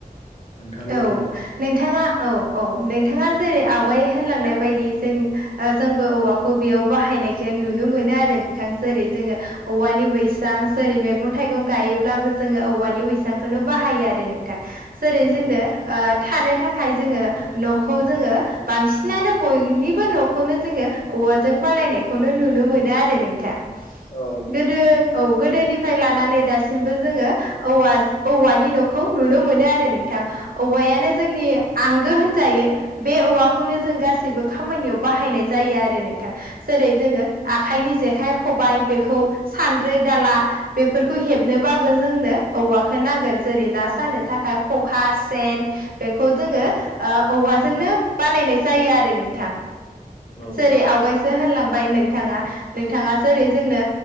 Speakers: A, on the left; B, on the right.
A: नोंथांनि बायदिबा
B: औ नोंथाङा औ औ नोंथाङा जेरै आवगाय होनलांनाय बायदि जों ओ जोंबो औवाखौ बेयाव बाहायनायखो नुनो मोनो आरो नोंथांसो जेरै जोङो औवानि बैसां जेरै मैगं थाइगं गायोब्लाबो जोङो औवानि बैसांखौनो बाहायो आरो नोंथां। जेरै जोंनो
A: औ
B: थानो था खाय जोङो न'खौ जोङो बांसिनानो बयनिबो न'खौनो जोङो औवाजों बा सालायनायखौनो नुनो मोनो आरो नोंथां
A: औ
B: गोदो औ गोदोनिफ्राय लानानै दासिमबो जोङो औवा औवानि न'खौ नुनो मोनो आरो नों औवायानो जोंनि आंगो होनजायो बे औवाखौनो जों गासैबो खामानियाव बाहायनाय जायो आरो नोंथां जेरै जोङो आखाइनि जेखाइ खबाइ बेखौ सानद्रै दाला बेफोरखौ हेबनोबाबो जोंनो औवाखौ नांगोन जेरै ना सानो थाखाय ख खखा, सेन बेखौ जोङो औवाजोंनो बानायनाय जायो आरो नोंथां
A: औ
B: जेरै आवगायसो होनलांबाय नों नोंथाङा नोंथाङा जेरै जोंनो